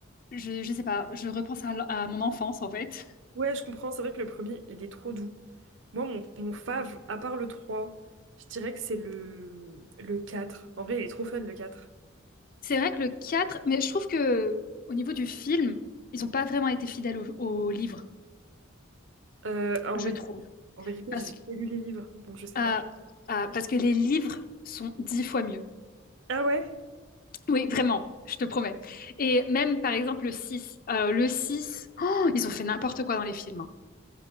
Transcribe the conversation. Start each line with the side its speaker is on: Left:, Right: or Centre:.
Left: je, je sais pas, je repense à, l- à mon enfance en fait.
Right: Ouais, je comprends, c'est vrai que le premier, il est trop doux. Moi, mon, mon fave, à part le 3, je dirais que c'est le, le 4. En vrai, il est trop fun le 4.
Left: C'est vrai que le 4, mais je trouve que au niveau du film, ils ont pas vraiment été fidèles au, au livre,
Right: Euh, en
Left: je
Right: vérité,
Left: trouve.
Right: en vérité,
Left: Parce
Right: j'ai
Left: que
Right: jamais lu les livres, donc je sais
Left: Euh,
Right: pas.
Left: euh, parce que les livres sont dix fois mieux.
Right: Ah ouais?
Left: Oui, vraiment, je te promets. Et même, par exemple, le 6. Euh, le 6, oh, ils ont fait n'importe quoi dans les films. hein.